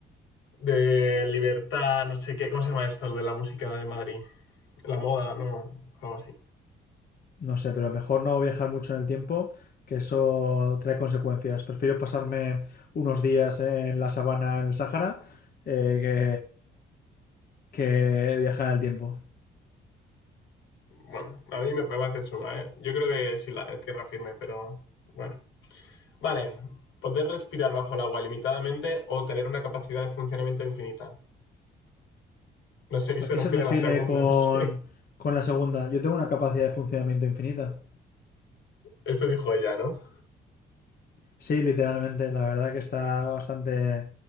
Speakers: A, on the left (about 80°); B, on the left (about 50°).
A: de libertad, no sé qué, ¿cómo se llama esto? de la música de Madrid. La moda, ¿no? Algo así.
B: No sé, pero mejor no viajar mucho en el tiempo, que eso trae consecuencias. Prefiero pasarme unos días en la sabana, en el Sáhara, eh, que, que viajar en el tiempo.
A: Bueno, a mí me parece chunga, ¿eh? Yo creo que sí, la eh, tierra firme, pero bueno. Vale, poder respirar bajo el agua limitadamente o tener una capacidad de funcionamiento infinita. No sé a qué
B: ¿A
A: se
B: qué
A: refiere
B: se refiere
A: la segunda,
B: con,
A: no sé.
B: con la segunda? Yo tengo una capacidad de funcionamiento infinita.
A: Eso dijo ella, ¿no?
B: Sí, literalmente, la verdad que está bastante,